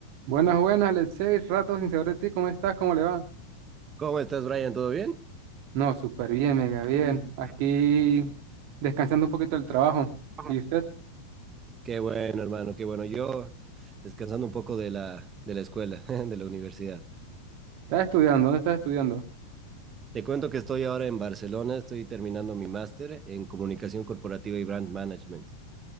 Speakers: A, on the right (about 45°); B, on the right (about 25°).
A: Buenas, buenas, Letsey, rato sin saber de ti, ¿cómo estás? ¿Cómo le va?
B: ¿Cómo estás, Brian? ¿Todo bien?
A: No, súper bien, mega
B: Bien.
A: bien. Aquí descansando un poquito del trabajo.
B: Ajá.
A: ¿Y usted?
B: Qué bueno, hermano, qué bueno. Yo descansando un poco de la, de la escuela, <laughs> de la universidad.
A: ¿Está estudiando? ¿Dónde está estudiando?
B: Te cuento que estoy ahora en Barcelona, estoy terminando mi máster en comunicación corporativa y brand management.